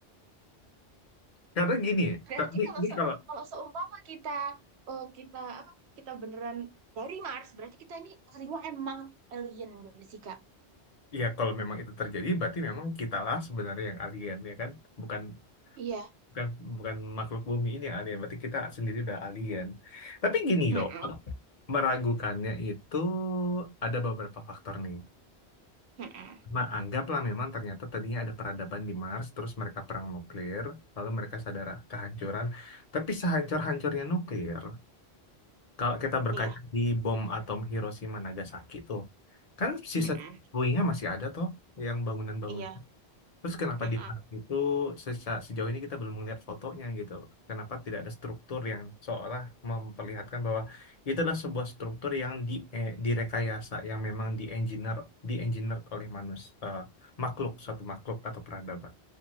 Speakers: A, on the left; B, on the right.
A: Karena gini,
B: Berarti
A: ke- ini,
B: kalau
A: ini
B: se-
A: kalau
B: kalau seumpama kita eh, kita apa kita beneran dari Mars, berarti kita ini aslinya emang alien berarti sih Kak.
A: ya kalau memang itu terjadi, berarti memang kitalah sebenarnya yang alien ya kan, bukan
B: Iya.
A: bukan bukan makhluk bumi ini yang alien, berarti kita sendiri udah alien. Tapi gini
B: Mm-mm.
A: loh. Meragukannya itu ada beberapa faktor nih.
B: Mm-mm.
A: Nah, anggaplah memang ternyata tadinya ada peradaban di Mars, terus mereka perang nuklir, lalu mereka sadar kehancuran. Tapi sehancur-hancurnya nuklir, kalau kita berkaca
B: Iya.
A: di bom atom Hiroshima Nagasaki tuh, kan sisa
B: Mm-mm.
A: puingnya masih ada toh, yang bangunan-bangunan.
B: Iya.
A: Terus kenapa
B: Mm-mm.
A: di park itu seca- sejauh ini kita belum melihat fotonya gitu? Kenapa tidak ada struktur yang seolah memperlihatkan bahwa itu adalah sebuah struktur yang di, eh, direkayasa, yang memang di engineer, di engineered oleh manus, eh, makhluk, suatu makhluk atau peradaban.